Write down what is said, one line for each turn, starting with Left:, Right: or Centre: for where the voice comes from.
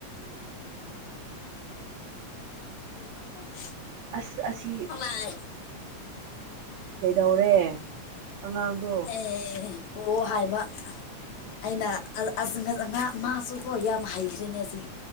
Left: <inaudible>
Right: ꯑꯁ ꯑꯁꯤ
Left: ꯄꯥꯏ
Right: ꯀꯩꯗꯧꯔꯦ ꯑꯉꯥꯡꯗꯣ
Left: ꯑꯦ ꯄꯣ ꯍꯥꯏꯕ ꯑꯩꯅ ꯑꯁ ꯑꯁ ꯑꯉꯥ ꯃꯃꯥꯁꯨꯀꯣ ꯌꯥꯝ ꯍꯩꯈ꯭ꯔꯦꯅꯦ ꯁꯤ